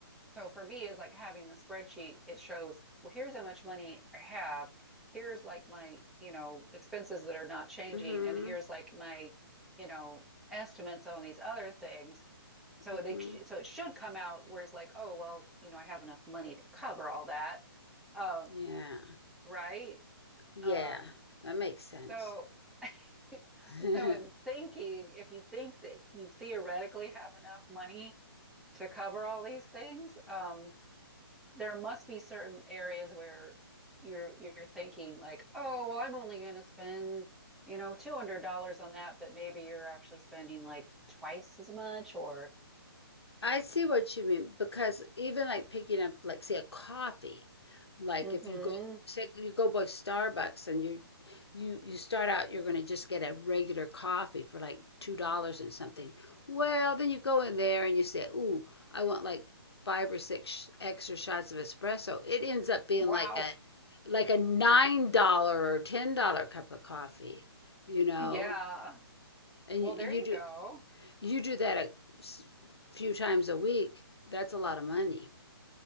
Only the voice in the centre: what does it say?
so for me, is like having the spreadsheet, it shows, well, here's how much money I have. Here's like my, you know, expenses that are not changing,
and here's like my, you know, estimates on these other things so
they so it should come out where it's like, oh well, you know, I have enough money to cover all that, um,
right?
Um,
so <laughs>
so I'm thinking if you think that you theoretically have enough money to cover all these things, um, there must be certain areas where you're you're thinking like, oh well, I'm only going to spend you know two hundred dollars on that, but maybe you're actually spending like twice as much or
mm-hmm,
wow.
Yeah,
Well,
there
you
go.